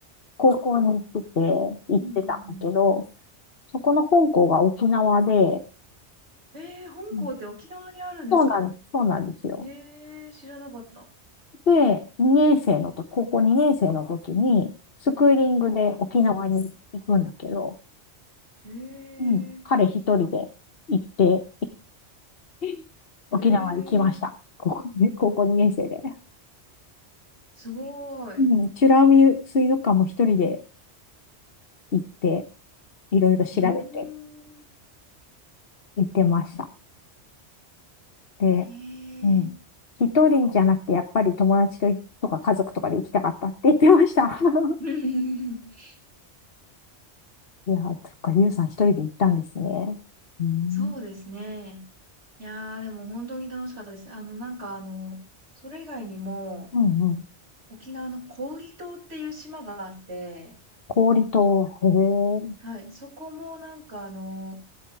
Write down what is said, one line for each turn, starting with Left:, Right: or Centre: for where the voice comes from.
Left: 高校に行ってて、行ってたんだけど、
Right: うんうん
Left: そこの本校が沖縄で、
Right: うん。えー、本校って沖縄にあるんですか
Left: うんそうなん、そうなんですよ。
Right: へえ、知らなかった。
Left: で、2年生のと、高校2年生の時に、スクーリングで沖縄に行くんだけど、
Right: へえ、
Left: うん、彼一人で行って、<laughs> 沖縄に来ました。
Right: へえ、
Left: 高校ね、高校2年生で。
Right: すごい。
Left: うん、美ら海水族館も一人で行って、いろいろ調べて。
Right: うーん、
Left: 行ってました。で、
Right: へ
Left: うん。
Right: え。
Left: 一人じゃなくて、やっぱり友達とい、とか家族とかで行きたかったって言ってました。<laughs>
Right: <laughs>
Left: いやー、そっか、ゆうさん一人で行ったんですね。うん。
Right: そうですね。いやー、でも本当に楽しかったです。あの、なんか、あの、それ以外にも、
Left: うんうん。
Right: 沖縄の小宇利島っていう島があって、
Left: 氷と、へえ。
Right: はい、そこもなんかあの、